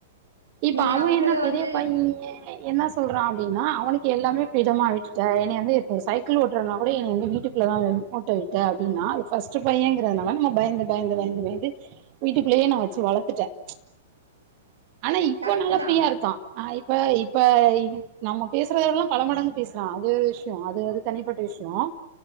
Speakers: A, on the right; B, on the right.
A: இப்ப
B: நீங்க
A: அவன்
B: அவங்கள
A: என்ன பெரிய
B: வந்து
A: பைய என்ன சொல்றான் அப்படின்னா அவனுக்கு எல்லாமே பிரீடமா ஆ விட்டுட்டன்ன வந்து இப்ப சைக்கிள் ஓட்டுறதுனா கூட இன வந்து வீட்டுக்குள்ளதான் ஓட்ட விட்டே அப்படின்னா அது பஸ்ட் பையங்கறதுனால நம்ம பயந்து பயந்து பயந்து பயந்து வீட்டுக்குள்ளேயே நான் வச்சு வளர்த்துட்டேன் ஆனா இப்ப
B: கரெக்ட்டு
A: நல்லா ஃப்ரீயா
B: தான்.
A: இருக்கான் ஆஹ் இப்ப இப்ப நம்ம பேசுறதோட எல்லாம் பல மடங்கு பேசுலாம் அது விஷயம் அது அது தனிப்பட்ட விஷயம்